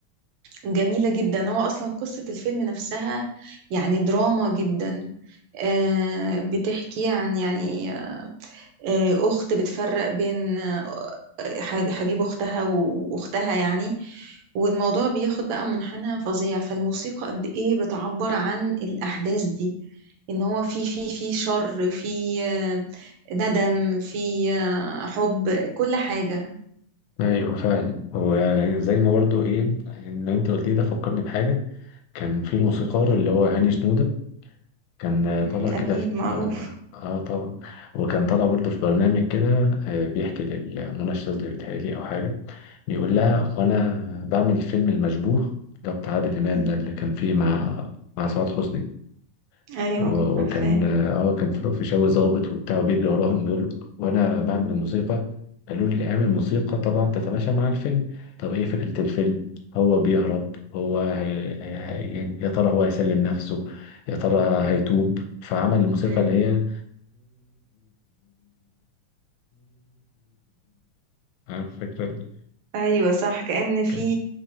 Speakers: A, on the right (about 75°); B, on the left (about 85°).
A: جميلة جدا هو أصلا قصة الفيلم نفسها يعني دراما جدا آه، بتحكي عن يعني آه، أخت بتفرق بين آه، حب- حبيب أختها وأختها يعني والموضوع بياخد بقى منحنى فظيع فالموسيقى قد إيه بتعبر عن الأحداث دي إن هو في في في شر في آه، ندم في آه، حب كل حاجة
B: ايوه فعلا وزي ما برضو ايه اللي انت قلت لي ده فكرني بحاجه كان في الموسيقار
A: مم.
B: اللي هو هاني شنودة كان آه،
A: مم،
B: طالع كده
A: أكيد
B: في
A: معروف
B: اه آه طبعا وكان طالع برضه في برنامج كده آه، بيحكي لمنى الشاذلي بيتهيألي أو حاجة بيقول لها وأنا بعمل فيلم المشبوه ده بتاع عادل إمام
A: مم.
B: ده اللي كان فيه مع مع سعاد حسني
A: أيوه
B: و-
A: عارفاه
B: وكان اه كان في الفيشاوي ظابط وبتاع وبيجري وراهم بيقول له وانا بعمل الموسيقى قالوا لي اعمل موسيقى طبعا تتماشى مع الفيلم طب ايه فكرة الفيلم هو بيهرب هو هي... هي... يا ترى هو هيسلم نفسه يا ترى هيتوب فعمل الموسيقى
A: مم.
B: اللي هي <laughs> عارف فكرة ال-
A: ايوه صح كأن في
B: كان-